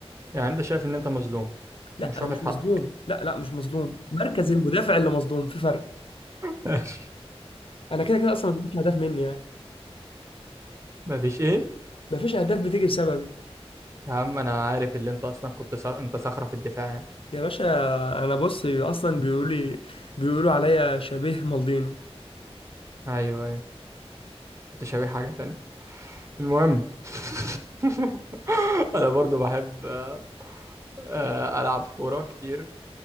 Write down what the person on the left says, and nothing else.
لا
انا
مش
مظلوم لا لا مش مظلوم مركز المدافع اللي مظلوم في فرق
انا كده كده اصلا مفيش اهداف مني يعني
مفيش اهداف بتيجي بسببي
يا باشا انا بص اصلا بيقولي بيقولوا عليا شبيه مالديني